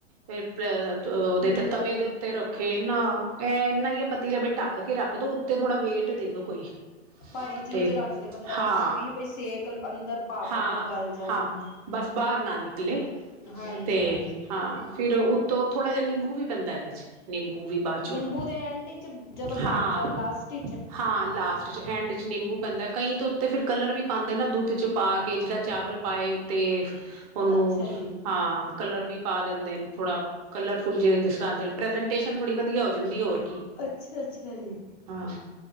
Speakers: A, on the right (about 35°); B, on the left (about 35°).
A: ਫੇ ਉਹਦੇ
B: ਹਮ
A: ਤੇ ਤਵੇ ਦੇ ਉੱ। ਤੇ ਰੱਖੇ ਨਾ ਇਹ ਇਨਾ ਹੀ ਹੈ। ਪਤੀ ਲ ਢੱਕ ਕੇ ਰੱਖ ਦੋ ਉੱਤੇ ਥੋੜਾ ਵੇਟ ਦੇ ਦੋ ਕੋਈ।
B: ਭਾਰੀ ਚੀਜ਼
A: ਤੇ
B: ਰੱਖਦੇ ਬੰਦਾ ਕੁਛ
A: ਹਾਂ
B: ਵੀ ਬਈ ਸੇਕ ਅੰਦਰ ਭਾਪ
A: ਹਾਂ
B: ਨਾਲ ਗਲ ਜਾਣੋ।
A: ਹਾਂ ਬਸ ਬਾਹਰ ਨਾ ਨਿਕਲੇ
B: ਹਾਂਜੀ
A: ਤੇ
B: ਹਾਂਜੀ
A: ਹਾਂ ਫਿਰ। ਤ ਉਹ ਥੋੜਾ ਜਿਹਾ ਨਿੰਬੂ ਵੀ ਪੈਂਦਾ ਇਹਦੇਚ। ਨਿੰਬੂ ਵੀ ਬਾਚੋ
B: ਨਿੰਬੂ ਦੇ ਐਂਡ ਚ ਜਦੋਂ ਬਣ
A: ਹਾਂ
B: ਜਾਣ ਲਾਸਟ ਵਿੱਚ
A: ਹਾਂ ਲਾਸਟ ਚ ਐਂਡ। ਨਿੰਬੂ ਪੈਂਦਾ ਕਈ ਤਾਂ ਉੱਤੇ ਫਿਰ ਕਲਰ ਵੀ ਪਾਂਦੇ ਨਾ ਦੁੱਧ ਚ ਪਾ ਕੇ ਜੇੜਾ ਚਾਵਲ ਪਾਏ ਉੱਤੇ। ਉਹਨੂੰ
B: ਅੱਛਾ ਜੀ
A: ਹਾਂ ਕਲਰ ਵੀ ਪਾ ਦਿੰਦੇ ਨੇ ਥੋੜਾ ਕਲਰਫੁਲ ਜੇ ਜਿਸ ਤਰ੍ਹਾਂ ਦੇ ਪ੍ਰਜੈਂਟ। ਟੇਸ਼ਨ ਥੋੜੀ ਵਧੀਆ ਹੋ ਜਾਂਦੀ ਹੋਰ।
B: ਅੱਛਾ ਅੱਛਾ ਜੀ।
A: ਹਾਂ।